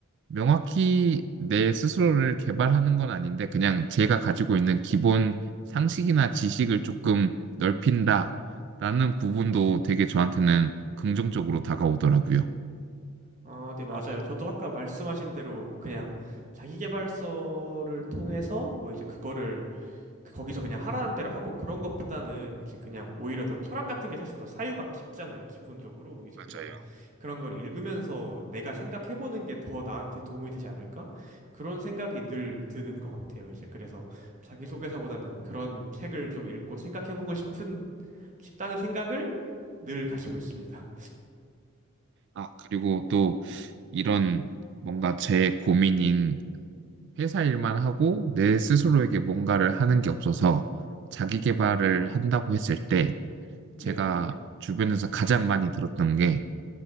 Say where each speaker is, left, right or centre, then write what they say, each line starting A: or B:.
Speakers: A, on the right; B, on the right.
A: 명확히 내 스스로를 개발하는 건 아닌데 그냥 제가 가지고 있는 기본 상식이나 지식을 조금 넓힌다라는 부분도 되게 저한테는 긍정적으로 다가오더라고요.
B: 아, 네, 맞아요.
A: 아,
B: 저도 아까 말씀하신 대로 그냥 자기계발서를 통해서 뭐 이제 그거를 그- 거기서 그냥 하라는 대로 하고 그런 것보다는 이제 그냥 오히려 더 철학 같은 게 사실 더 사유가 깊잖아요. 기본적으로. 이제
A: 맞아요.
B: 그래서 그런 걸 읽으면서 내가 생각해보는 게 더 나한테 도움이 되지 않을까? 그런 생각이 늘 드는 것 같아요. 이제 그래서 자기소개서보다는 그런 책을 좀 읽고 생각해보고 싶은, 싶다는 생각을 늘 가지고 있습니다.
A: 아, 그리고 또 이런 뭔가 제 고민인 회사 일만 하고 내 스스로에게 뭔가를 하는 게 없어서 자기 개발을 한다고 했을 때
B: 네.
A: 제가 주변에서 가장 많이 들었던 게